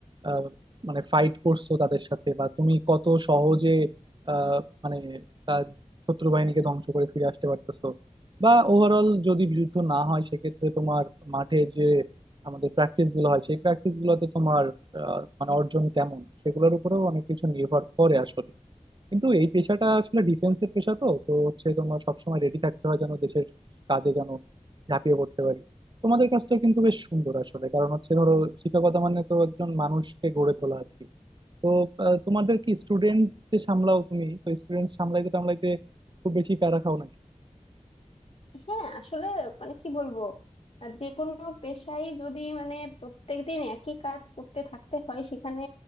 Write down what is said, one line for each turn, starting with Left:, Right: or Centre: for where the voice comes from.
Right: আহ, মানে ফাইট করছো তাদের সাথে বা তুমি কত সহজে আহ, মানে তার শত্রু বাহিনীকে ধ্বংস করে ফিরে আসতে পারতেছো বা ওভারঅল যদি যুদ্ধ না হয় সেক্ষেত্রে তোমার মাঠে যে আমাদের প্র্যাকটিস গুলো হয় সেই প্র্যাকটিস গুলোতে তোমার আহ, মানে অর্জন কেমন সেগুলোর উপরেও অনেক কিছু নির্ভর করে আসলে কিন্তু এই পেশাটা আসলে ডিফেন্সের পেশা তো তো হচ্ছে তোমার সবসময় রেডি থাকতে হয় যেন দেশের কাজে যেন ঝাঁপিয়ে পড়তে পারি তোমাদের কাজটা কিন্তু বেশ সুন্দর আসলে কারণ হচ্ছে ধরো শিক্ষকতা মানে তো একজন মানুষকে গড়ে তোলা আর কি তো আহ, তোমাদের কি স্টুডেন্টস যে সামলাও তুমি তো স্টুডেন্টস সামলাইতে টামলাইতে খুব বেশি প্যারা খাও না
Left: হ্যাঁ আসলে মানে কি বলবো আহ যে কোনো পেশাই যদি মানে প্রত্যেকদিন একই কাজ করতে থাকতে হয় সেখানে